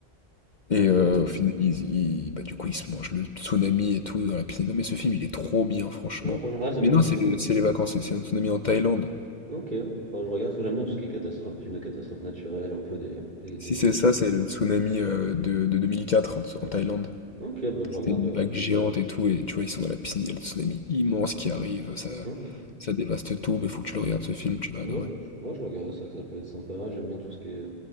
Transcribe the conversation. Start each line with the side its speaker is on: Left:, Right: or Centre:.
Left: Et
Right: Ok.
Left: euh, au final, ils- ils- bah, du coup, ils se mangent le tsunami et tout dans la piscine. Non, mais ce film, il est trop bien, franchement.
Right: Non, franchement, là, j'aime
Left: Mais
Right: bien
Left: non,
Right: tout
Left: c'est
Right: ce qui est.
Left: le- c'est les vacances, c'est c'est un tsunami en Thaïlande.
Right: Ok, enfin, je regarde parce que j'aime bien tout ce qui est catastrophe, film de catastrophe naturelle, un peu des, des, des
Left: Si
Right: bêtises.
Left: c'est ça,
Right: quoi.
Left: c'est le tsunami euh, de, de 2004 en, en Thaïlande.
Right: Ok, bah, je
Left: C'était
Right: regarderai.
Left: une vague géante et tout, et tu vois, ils sont dans la piscine, il y a le tsunami immense qui arrive, ça,
Right: Ok.
Left: ça dévaste tout, mais faut que tu le regardes
Right: Hmm.
Left: ce film, tu vas adorer.
Right: Ouais, ouais, je regarde ça, que ça peut être sympa. J'aime bien tout ce qui est